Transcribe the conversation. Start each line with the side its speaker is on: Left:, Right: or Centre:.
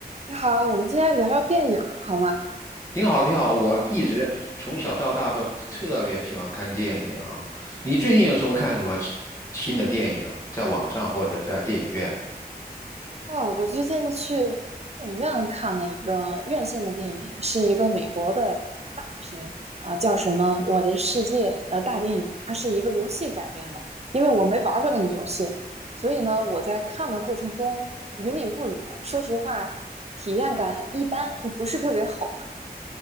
Right: 你好，我们今天聊聊电影儿好吗？
Left: 挺好，挺好。我一直从小到大都特别喜欢看电影。你最近有什么看什么新的电影，在网上或者在电影院？
Right: 哦，我最近去电影院看了一个院线的电影，是一个美国的大片啊、呃叫什么《我的世界》呃大电影，它是一个游戏改编的。因为我没玩儿过那个游戏，所以呢，我在看的过程中云里雾里的，说实话，体验感一般，不是特别好。